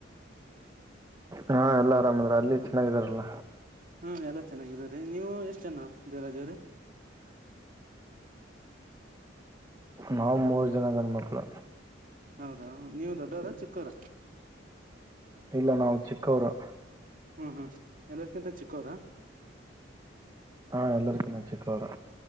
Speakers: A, on the right; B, on the right.
A: ಹಾ ಎಲ್ಲಾ ಆರಾಮದ್ರ ಅಲ್ಲಿ. ಚೆನ್ನಾಗಿದಾರಲ್ಲ.
B: ಹ್ಮ ಎಲ್ಲಾ ಚೆನ್ನಾಗಿದವ್ರೀ ನೀವು ಎಷ್ಟ ಜೆನ ದೇವರಾಜು ಅವರ
A: ನಾವ್ ಮೂರ್ ಜನ ಗಂಡ್ಮಕ್ಳ.
B: ಹೌದಾ ನೀವು ದೊಡ್ಡವರ ಚಿಕ್ಕವರ.
A: ಇಲ್ಲ ನಾವು ಚಿಕ್ಕವರು.
B: ಹ್ಮ್ ಹ್ಮ್ ಎಲ್ಲರ್ಕ್ಕಿಂತ ಚಿಕ್ಕೋರ.
A: ಹಾ ಎಲ್ಲರ ತಿನ ಚಿಕ್ಕವರು.